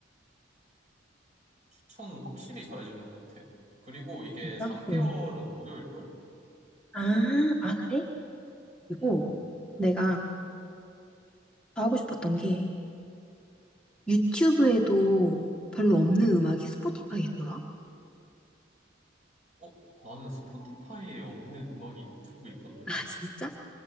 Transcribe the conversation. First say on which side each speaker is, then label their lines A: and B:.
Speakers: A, on the right (about 40°); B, in the centre.
A: 추천은 확실히 잘해주는 것 같아. 그리고 이게
B: 진짜?
A: 3개월은
B: 응.
A: 무료일걸?
B: 아, 아, 그래? 그리고
A: 음.
B: 내가 더 하고 싶었던 게 유튜브에도 별로 없는 음악이 스포티파이 있더라?
A: 어? 나는 스포티파이에 없는 음악이 유튜브에 있던데?
B: 아, 진짜?